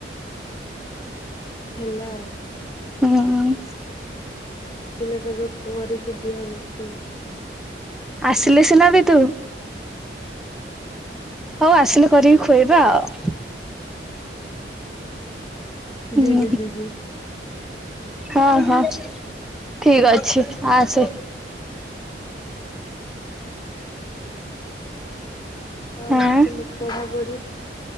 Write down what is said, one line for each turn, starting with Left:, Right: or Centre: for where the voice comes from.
Left: ହେଲା ଆଉ।
Centre: ହୁଁ ହୁଁ।
Left: ମୁଁ ଆସିଲା ଦେବେ କରିକି ଦିଅ ରୋଷେଇ।
Centre: ଆସିଲେ ସିନା ବି ତୁ। ହଉ ଆସିଲେ କରିକି ଖୁଆଇବା ଆଉ। ହୁଁ
Left: ଯିବି ଯିବି।
Centre: ହଁ ହଁ ଠିକ ଅଛି ଆସେ। ହଁ।
Left: ଆଉ ତୁମ ପଢ଼ାପଢ଼ି?